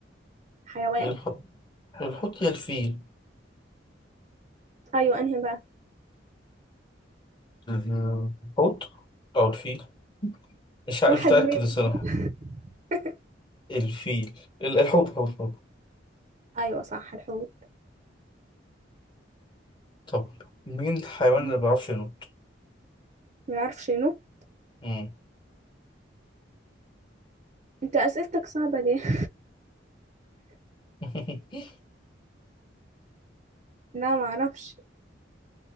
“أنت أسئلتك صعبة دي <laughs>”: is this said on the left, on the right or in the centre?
Right